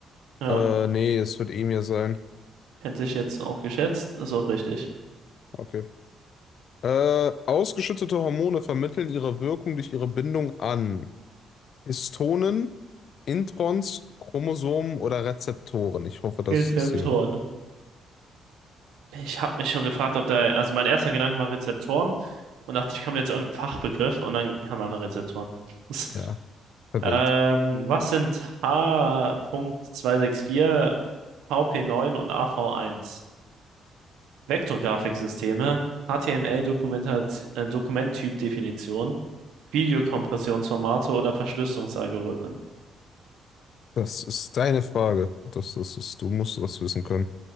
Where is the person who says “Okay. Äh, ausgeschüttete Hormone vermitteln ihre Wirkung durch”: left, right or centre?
Left